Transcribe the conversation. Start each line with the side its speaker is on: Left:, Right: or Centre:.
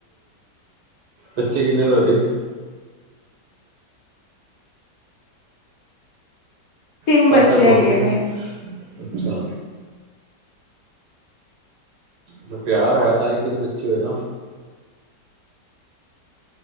Right: ਬੱਚੇ ਕਿੰਨੇ ਤੁਹਾਡੇ‌।
Left: ਤਿੰਨ
Right: ਸੱਤ
Left: ਬੱਚੇ,
Right: ਅੱਠ ਹੋਣਗੇ
Left: ਹੈਗੇ ਆ ਮੇਰੇ।
Right: ਅੱਛਾ। ਜੋ ਪਿਆਰ ਹੈ, ਤਾਂ ਹੀ ਤਿੰਨ ਬੱਚੇ ਹੋਏ ਨਾ।